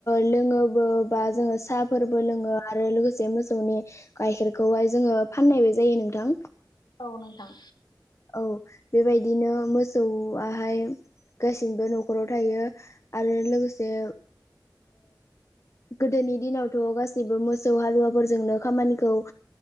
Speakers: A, on the left; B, on the left.
A: लोङोबो बा जोंङो साहा फोरबो
B: औ
A: लोंङो आरो लोगोसे मोसौनि गाइखेरखौहाय जोंङो फाननायबो जायो नोंथां
B: औ नोंथां
A: औ बेबायदिनो मोसौआहाय गासिबो न'खराव थायो आरो लोगोसे गोदोनि दिनावथ' गासिबो मोसौ हालुवाफोरजोंनो खामानिखौ ओ